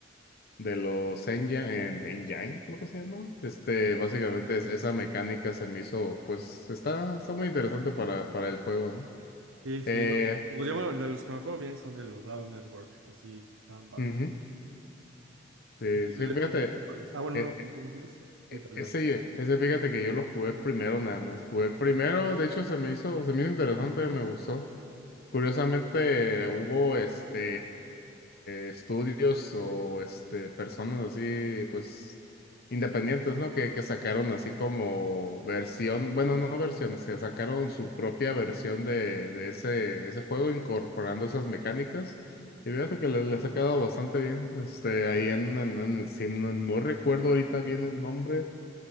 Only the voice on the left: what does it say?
de los engine, en, engine, creo que se llama. Este, básicamente es- esa mecánica se me hizo, pues está, está muy interesante para, para el juego, ¿no?
Eh,
ujú. sí,
sí,
fíjate,
eh,
eh,
ese,
ese fíjate que yo lo jugué el primero nada más, jugué el primero, de hecho se me hizo, se me hizo interesante, me gustó. Curiosamente, hubo este eh, estudios o este personas así, pues independientes, ¿no? Que, que sacaron así como versión, bueno, no versiones, que sacaron su propia versión de, de ese, ese juego incorporando esas mecánicas. Y fíjate que le, les ha quedado bastante bien. Este, ahí en, en, en Steam, no, no recuerdo ahorita bien el nombre.